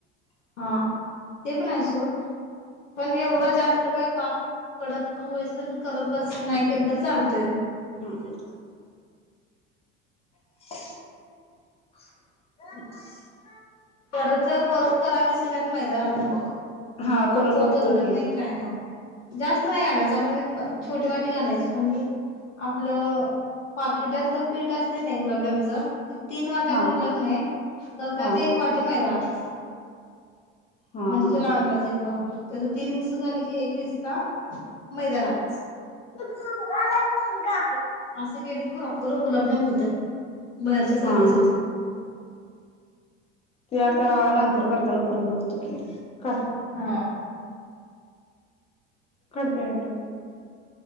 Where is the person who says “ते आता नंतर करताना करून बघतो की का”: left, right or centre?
Left